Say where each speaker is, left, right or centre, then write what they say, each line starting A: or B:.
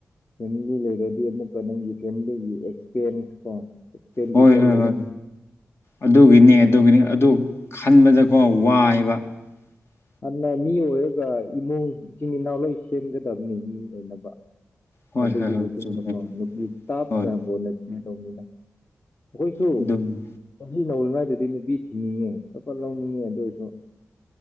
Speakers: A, on the left; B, on the left.
A: ꯐꯦꯃꯤꯂꯤ ꯂꯩꯔꯗꯤ ꯑꯃꯨꯛꯀ ꯅꯪꯒꯤ ꯐꯦꯃꯤꯂꯤꯒꯤ ꯑꯦꯛꯁꯄꯦꯟꯁ ꯀꯣ ꯑꯦꯛꯁꯄꯦꯟꯗꯤꯆꯔ
B: ꯍꯣꯏ ꯍꯣꯏ
A: ꯂꯩꯔꯛ
B: ꯍꯣꯏ ꯑꯗꯨꯒꯤꯅꯦ
A: ꯀꯣꯟꯅ
B: ꯑꯗꯨꯒꯤꯅꯤ ꯑꯗꯨ ꯈꯟꯕꯗꯀꯣ ꯋꯥꯏꯕ꯫ <inaudible>
A: ꯑꯅ ꯃꯤ ꯑꯣꯏꯔꯒ ꯏꯃꯨꯡ ꯏꯆꯤꯟ ꯏꯅꯥꯎ ꯂꯣꯏ ꯁꯦꯝꯒꯗꯕꯅꯤ ꯃꯤ ꯑꯣꯏꯅꯕ꯫
B: ꯍꯣꯏ
A: ꯑꯗꯨꯒꯤ
B: ꯍꯣꯏ ꯍꯣꯏ
A: ꯃꯇꯨꯡꯟꯅꯀꯣ
B: ꯆꯨꯝꯃꯦ
A: ꯅꯨꯄꯤ ꯇꯥꯞꯅ
B: ꯍꯣꯏ
A: ꯀꯣꯟꯅ ꯊꯤꯗꯧꯅꯤꯗ꯫ ꯑꯈꯣꯏꯁꯨ
B: ꯑꯗꯨꯅꯤ
A: ꯆꯍꯤ ꯅꯧꯔꯤꯉꯩꯗꯗꯤ ꯅꯨꯄꯤ ꯊꯤꯡꯅꯤꯡꯉꯦ ꯐꯠꯐꯠ ꯂꯧꯅꯤꯡꯉꯦ ꯑꯗꯨ ꯑꯣꯏꯔꯁꯨ